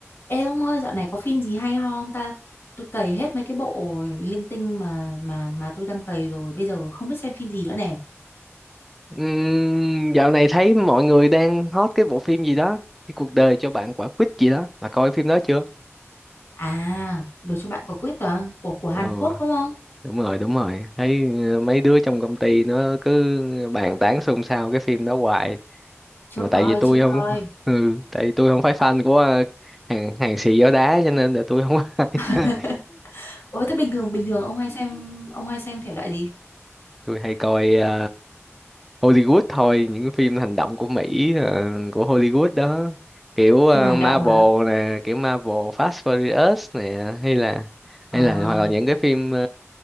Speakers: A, on the left; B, in the centre.
A: Ê ông ơi, dạo này có phim gì hay ho không ta? Tôi cày hết mấy cái bộ linh tinh mà mà mà tôi đang cày rồi, bây giờ không biết xem phim gì nữa nè.
B: Ừm, dạo này thấy mọi người đang hot cái bộ phim gì đó, cái cuộc đời cho bạn quả quýt gì đó, bà coi phim đó chưa?
A: À, Đời cho bạn quả quýt đó, của của Hàn
B: Ừ,
A: Quốc đúng không?
B: đúng rồi, đúng rồi. Thấy ờ, mấy đứa trong công ty nó cứ bàn tán xôn xao cái phim đó hoài,
A: Chưa
B: mà
A: coi,
B: tại vì tôi
A: chưa
B: không
A: coi.
B: ừ, tại vì tôi không phải fan của ờ, hàng hàng xì gió đá cho nên là tôi không <laughs> ai.
A: <laughs> Ôi, thế bình thường bình thường ông hay xem ông hay xem thể loại gì?
B: tôi hay coi ờ, Hollywood thôi những cái phim hành động của Mỹ ờ, của Hollywood đó kiểu ờ,
A: Phim hành
B: Marvel
A: động hả?
B: nè kiểu Marvel Fast Furious nè hay là
A: À,
B: hay là hoặc là những cái phim ờ,